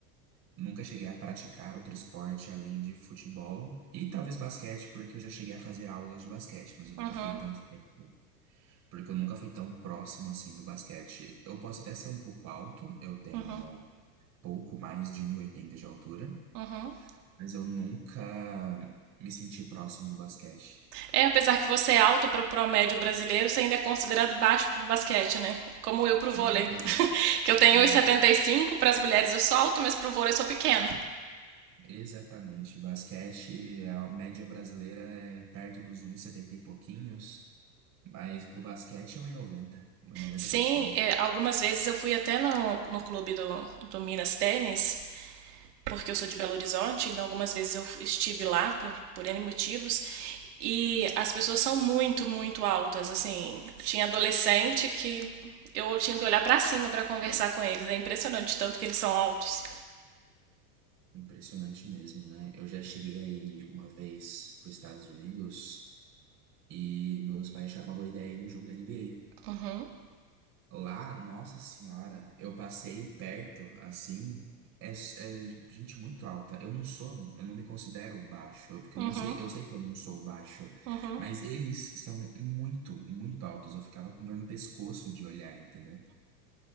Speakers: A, on the right (about 45°); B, on the right (about 80°).
A: Nunca cheguei a praticar outro esporte além de futebol e talvez basquete, porque eu já cheguei a fazer aulas de basquete, mas eu
B: Uhum,
A: nunca fiquei tanto tempo, porque eu nunca fui tão próximo assim do basquete. Eu posso até ser um pouco alto, eu tenho
B: uhum,
A: pouco mais de um e oitenta de altura,
B: uhum.
A: mas eu nunca me senti próximo do basquete.
B: É, apesar que você é alto para o promédio brasileiro, você ainda é considerado baixo para o basquete, né? Como eu para o vôlei.
A: Exatamente,
B: <laughs> Que eu tenho
A: exatamente.
B: 1,75, para as mulheres eu sou alta, mas para o vôlei eu sou pequena.
A: Exatamente. Basquete, a média brasileira é perto dos 1,70 e setenta e pouquinhos, mas pro basquete é 1,90, 1,90
B: Sim,
A: para cima.
B: é, algumas vezes eu fui até no, no clube do, do Minas Tênis, porque eu sou de Belo Horizonte, então algumas vezes eu estive lá por, por N motivos, e as pessoas são muito, muito altas, assim. Tinha adolescente que eu tinha que olhar pra cima pra conversar com eles, é impressionante tanto que eles são altos.
A: Impressionante mesmo, né? Eu já cheguei aí uma vez para Estados Unidos e meus pais acharam uma boa ideia ir num jogo da NBA.
B: Uhum,
A: Lá, nossa senhora, eu passei perto, assim, é, s- é gente muito alta. Eu não sou, eu não me considero baixo, porque
B: uhum,
A: eu não sei, eu sei que eu não sou baixo,
B: uhum,
A: mas eles são muito, muito altos. Eu ficava com dor no pescoço de olhar, entendeu?